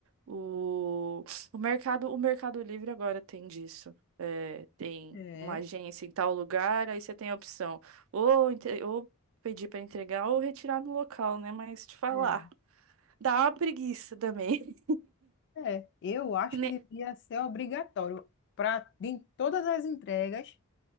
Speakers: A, on the right; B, on the left.
A: O, o mercado, o Mercado Livre agora tem disso. É, tem
B: É,
A: uma agência em tal lugar, aí você tem a opção ou, entre- ou pedir para entregar ou retirar no local, né? Mas te falar,
B: é.
A: dá uma preguiça também.
B: É, eu acho
A: <laughs>
B: que devia ser obrigatório para em todas as entregas